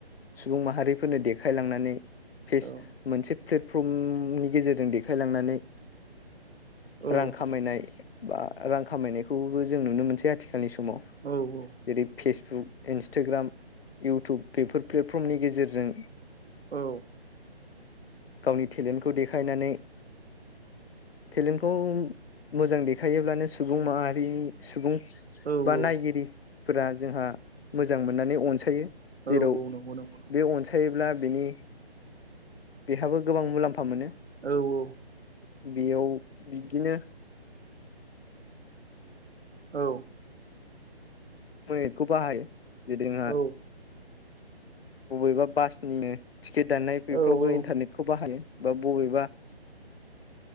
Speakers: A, on the left; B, on the right.
A: सुबुं माहारिफोरनो देखायलांनानै फेस
B: औ औ
A: मोनसे प्लेटफर्मनि गेजेरजों देखायलांनानै
B: औ
A: रां खामायनाय बा रां खामायनायखौबो जों नुनो मोनसै आथिखालनि समाव
B: औ औ।
A: जेरै फेसबुक इन्सटाग्राम इउटुब बेफोर प्लेटफर्मनि गेजेरजों
B: औ।
A: गावनि टेलेन्टखौ देखायनानै टेलेन्टखौ मोजां देखायोब्लानो सुबुं माहारि सुबुं
B: औ
A: बा
B: औ
A: नायगिरिफोरा जोंहा मोजां मोननानै अनसायो।
B: औ
A: जेराव
B: औ नंगौ नंगौ नंगौ
A: बे अनसायोब्ला बेनि बेहाबो गोबां मुलाम्फा मोनो।
B: औ औ।
A: बेयाव बिदिनो
B: औ।
A: <unintelligible> खौ बाहायो जेदेंहा
B: औ
A: बबेबा बासनिनो टिकेट दाननाय बेफ्रावबो
B: औ औ
A: इन्टारनेटखौ बाहायो बा बबेबा